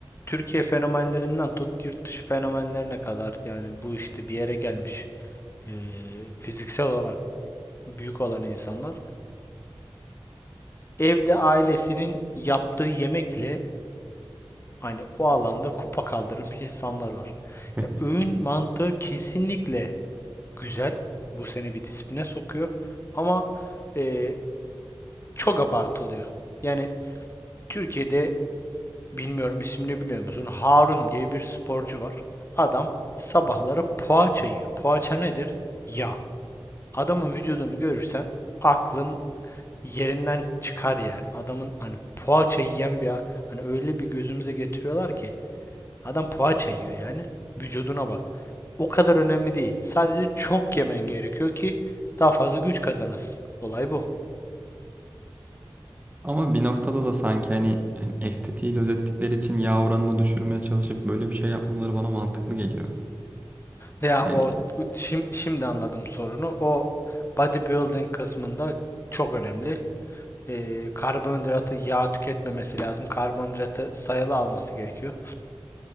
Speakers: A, on the left; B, on the right.
A: Türkiye fenomenlerinden tut yurt dışı fenomenlerine kadar yani bu işte bir yere gelmiş ee, fiziksel olarak büyük olan insanlar evde ailesinin yaptığı yemekle hani o alanda kupa kaldırmış insanlar var.
B: <laughs>
A: Ya öğün mantığı kesinlikle güzel. Bu seni bir disipline sokuyor. Ama e, çok abartılıyor. Yani Türkiye'de bilmiyorum ismini biliyor musun? Harun diye bir sporcu var. Adam sabahları poğaça yiyor. Poğaça nedir? Yağ. Adamın vücudunu görürsen aklın yerinden çıkar yani. Adamın hani poğaça yiyen bir hani öyle bir gözümüze getiriyorlar ki adam poğaça yiyor yani. Vücuduna bak. o kadar önemli değil. Sadece çok yemen gerekiyor ki daha fazla güç kazanasın. Olay bu.
B: Ama bir noktada da sanki hani, hani estetiği gözettikleri için yağ oranını düşürmeye çalışıp böyle bir şey yapmaları bana mantıklı geliyor.
A: Ya
B: Yani
A: o şim- şimdi anladım sorunu. O bodybuilding kısmında çok önemli. Ee, karbonhidratı yağ tüketmemesi lazım. Karbonhidratı sayılı alması gerekiyor.